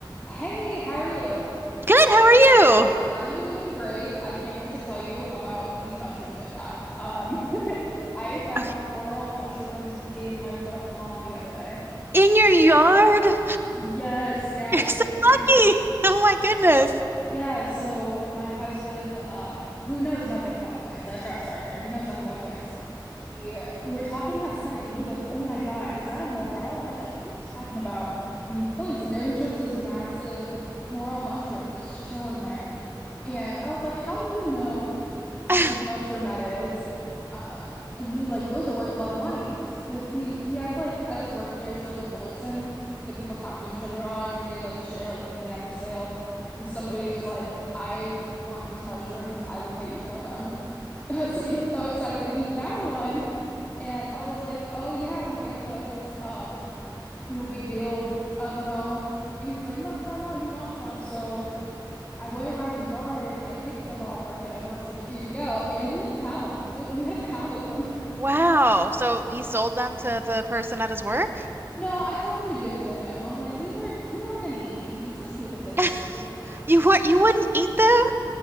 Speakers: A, on the left (about 15°); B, on the right (about 30°).
A: Hey, how are you?
B: Good. How are you?
A: I am doing great. I can't wait to tell you about these mushrooms I found. Um, <laughs> I found
B: Okay.
A: morel mushrooms in my front lawn the other day.
B: In your yard? <laughs>
A: Yes, yeah,
B: You're
A: it
B: so
A: was
B: lucky.
A: crazy.
B: <laughs> Oh my goodness.
A: Yeah, so my husband, um, who knows nothing about plants, I just gotta start there. He knows nothing about plants. He, we were talking outside, and he goes, "Oh my God, is that a morel?" And I was like, "What are you talking about?" And he points, and there was just this massive morel mushroom just chilling there. And I was like, "How do you know what
B: <laughs>
A: kind of mushroom that is?" Um, and he was like, those are worth a lot of money because he he has like at his work there's like a bulletin that people talk to each other on and they like share like things they have for sale. And somebody was like, I want these mushrooms. I will pay you for them. <laughs> So he was so excited that he found one. And I was like, oh yeah, we get those. Um, no big deal. I don't know. And he's like, no, no, no, he wants them. So I went around the yard and I picked them all for him. And I was like, here you go. And it was a pound. It- We had a pound of them.
B: Wow. So he sold them to the person at his work?
A: No, I told him to give it to him. I'm like, we were we weren't gonna eat these. Just give it to him,
B: <laughs>
A: dude.
B: You weren't, you wouldn't eat them?